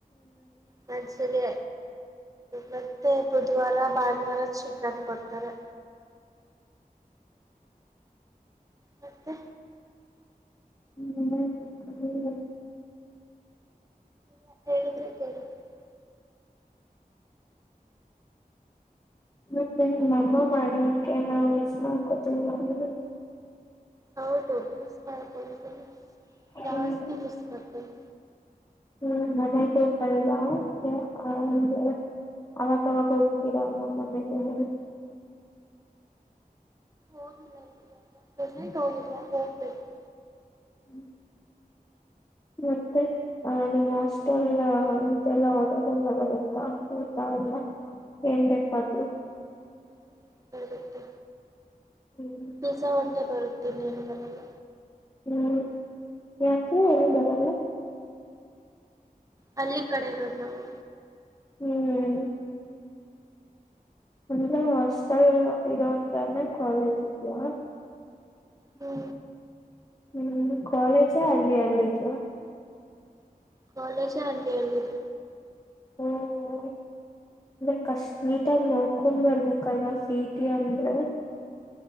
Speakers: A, on the right; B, on the left.
A: ಮಜ್ಜಿಗೆ ಮತ್ತೆ ಬುಧವಾರ ಭಾನುವಾರ ಚಿಕನ್ ಕೊಡ್ತಾರೆ ಮತ್ತೆ
B: ಹ್ಮ್
A: ಮತ್ತೆ ಹೇಳಿದ್ರೆ ಕೇಳ್ತೀನಿ
B: ಮತ್ತೆ ನಿಮ್ಮಮ್ಮ ಮಾಡೋ ಅಡ್ಗೆ ನಾ ಮಿಸ್ ಮಾಡ್ಕೋತಿಲ್ವಾ ನೀವು
A: ಹೌದು ಮಿಸ್ ಮಾಡ್ಕೋತೀನಿ ಜಾಸ್ತಿ
B: ಹ್ಮ್
A: ಮಿಸ್ ಮಾಡ್ಕೋತೀನಿ
B: ಹ್ಮ್ ಮನೆಗ ಹೋಗಲ್ವಾ ಅಂದ್ರೆ ಅವಾಗವಾಗ ಹೋಗ್ತೀರಲ್ವಾ ಮನೆಗೆ
A: ಹೋಗ್ ಬಂದೆ ಹೋಗಿಲ್ಲ ಹೋಗ್ಬೇಕು
B: ಹ್ಮ್ ಮತ್ತೆ ಆ ನಿಮ್ಮ್ ಹಾಸ್ಟೆಲ್ ಇದೆಲ್ಲ ಆರ್ಡರ್ ಎಲ್ಲ ಬರುತ್ತಾ ಊಟ ಎಲ್ಲ ಏನ್ ಬೇಕಾದ್ರೂ
A: ಹ್ಮ ಬರುತ್ತೆ
B: ಹ್ಮ್
A: ಪಿಜ್ಜಾ ಒಂದೇ ಬರುತ್ತೆ ಮತ್ತಿನ್ನೇನು ಬರಲ್ಲ
B: ಹ್ಮ್ ಯಾಕೆ ಏನು ಬರಲ್ಲ
A: ಹಳ್ಳಿ ಕಡೆ ಇರೋದು ನಾವು
B: ಹ್ಮ್ ಅಂದ್ರೆ ಹಾಸ್ಟೆಲ್ ಇರೋ ಹತ್ರಾನೇ ಕಾಲೇಜ್ ಇದ್ಯಾ <inaudible>
A: ಹ್ಞೂ
B: ಹ್ಮ್ ಕಾಲೇಜೇ ಹಳ್ಳಿಯಲ್ಲಿದಿಯಾ
A: ಕಾಲೇಜೆ ಹಳ್ಳಿಯಲ್ಲಿದೆ
B: ಹ ಅಂದ್ರೆ ಕಷ್ಟ ನೀಟಾಗಿ ನೋಡ್ಕೊಂಡ್ ಬರ್ಬೇಕಲ್ವಾ ಸಿಇಟಿ ಅಂದ್ರೆ